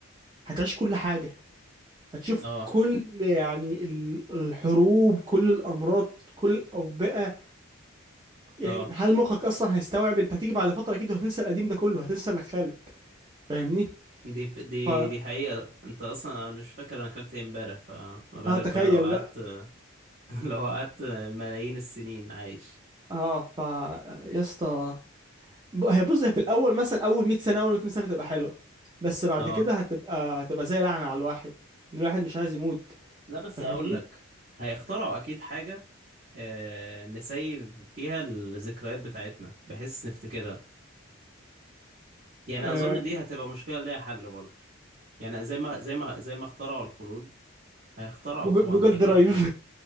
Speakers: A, on the right; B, on the right.
A: هتعيش كل حاجه هتشوف
B: اه
A: كل يعني ال- الحروب كل الامراض كل الاوبئه يعني
B: اه
A: هل مخك اصلا هيستوعب انت هتيجي بعد فتره اكيد وهتنسى القديم ده كله هتنسى انك خالد فاهمني
B: دي ف... دي
A: ف
B: دي حقيقة انت اصلا انا مش فاكر انا اكلت ايه امبارح فما بالك
A: اه تخيل
B: بقى لو قعدت
A: بقى
B: <laughs> لو قعدت ملايين السنين عايش
A: اه ف يا اسطى ب- هي بص هي في الاول مثلا اول 100 سنه اول 200 سنه هتبقى حلوه بس بعد
B: اه
A: كده هتبقى هتبقى زي لعنه على الواحد ان الواحد مش عايز يموت
B: لا بس
A: فاهمني
B: اقول لك هيخترعوا اكيد حاجه آه نسيف فيها الذكريات بتاعتنا بحيث نفتكرها يعني
A: آه
B: اظن دي هتبقى مشكله ليها حل برضه يعني زي ما زي ما زي ما اخترعوا الخلود هيخترعوا
A: جوجل,
B: طبعا
A: جوجل
B: اكيد
A: درايف
B: حلول